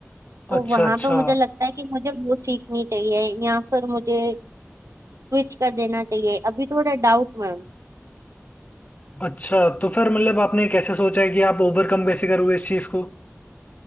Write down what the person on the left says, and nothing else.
अच्छा
अच्छा
अच्छा तो फिर मतलब आपने कैसे सोचा है कि आप ओवरकम कैसे करोगे इस चीज़ को